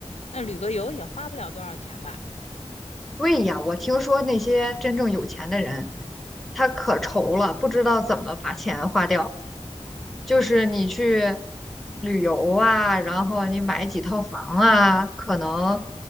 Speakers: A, on the left; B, in the centre.
A: 那旅个游也花不了多少钱吧？
B: 对呀，我听说那些真正有钱的人，他可愁了，不知道怎么把钱花掉。就是你去旅游啊，然后你买几套房啊，可能